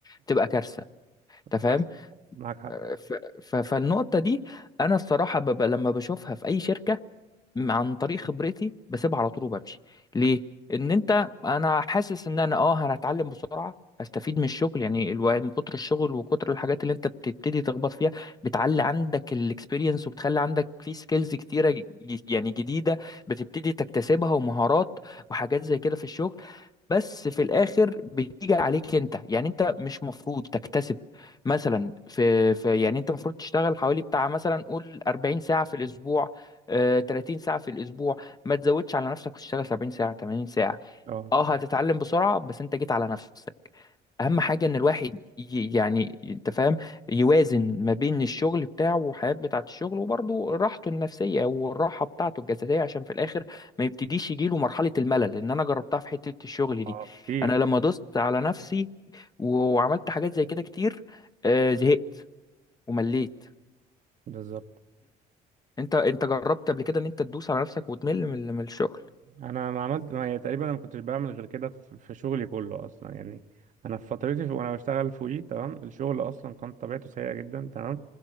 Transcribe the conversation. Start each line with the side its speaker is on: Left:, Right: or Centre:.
Left: تبقى كارثه انت
Right: <laughs>
Left: فاهم
Right: معاك حق
Left: آه، ف- ف- فالنقطه دي انا الصراحه ببقى لما بشوفها في اي شركه عن طريق خبرتي بسيبها على طول وبمشي ليه ان انت انا حاسس ان انا اه انا هتعلم بسرعه هستفيد من الشغل يعني الواحد من كتر الشغل وكتر الحاجات اللي انت بتبتدي تخبط فيها بتعلي عندك الاكسبيرينس وبتخلي عندك في سكيلز كتيره ج- يعني جديده بتبتدي تكتسبها ومهارات وحاجات زي كده في الشغل بس في الاخر بتيجي عليك انت يعني انت مش مفروض تكتسب مثلا في, في يعني انت المفروض تشتغل حوالي بتاع مثلا قول 40 ساعه في الاسبوع آه، 30 ساعة في الأسبوع ما تزودش على نفسك وتشتغل 70 ساعة 80 ساعة
Right: أه
Left: اه هتتعلم بسرعة بس انت جيت على نفسك أهم حاجة إن الواحد ي- يعني أنت فاهم يوازن ما بين الشغل بتاعه والحياة بتاعة الشغل وبرضه راحته النفسية والراحة بتاعته الجسدية عشان في الآخر ما يبتديش يجيله مرحلة الملل لأن أنا جربتها في حتة الشغل
Right: آه،
Left: دي
Right: كتير
Left: أنا لما دوست على نفسي وعملت حاجات زي كده كتير آه، زهقت ومليت
Right: بالظبط
Left: انت انت جربت قبل كده ان انت تدوس على نفسك وتمل من من الشغل
Right: انا ما عملت ما يعني تقريبا انا ما كنتش بعمل غير كده في في شغلي كله اصلا يعني انا في فترتي في... وانا بشتغل فوقي تمام الشغل اصلا كان طبيعته سيئه جدا تمام